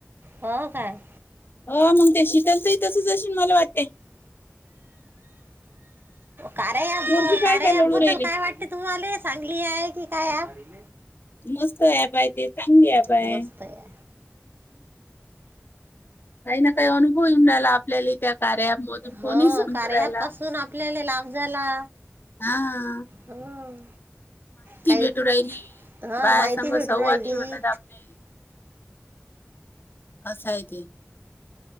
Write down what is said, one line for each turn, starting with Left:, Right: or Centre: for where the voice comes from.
Right: हो काय.
Left: हो मग ते शीतल ताई तशीच अशील मला वाटते.
Right: कार ॲप,
Left: पोरगी
Right: का
Left: पाय
Right: र
Left: काय लढू
Right: ॲप बदल
Left: राहिली
Right: तुला काय वाट ते तुम्हाला चांगली हाय की काय हाय?
Left: मस्त ऍप हाय ते. चांगली ऍप हाय.
Right: मस्त आहे
Left: काही ना काही अनुभव येऊन राहिला आपल्याला त्या कार्या मधून कोणी
Right: हो
Left: समजू
Right: कार्य
Left: राहिला
Right: अँप पासून आपल्याले लाभ झाला.
Left: हां.
Right: हुं. काही
Left: भेटू राहिली
Right: हा
Left: बाया
Right: माहिती
Left: संग
Right: भेटू
Left: संवादही
Right: राहिली.
Left: होतात आपले आसं हाय ती.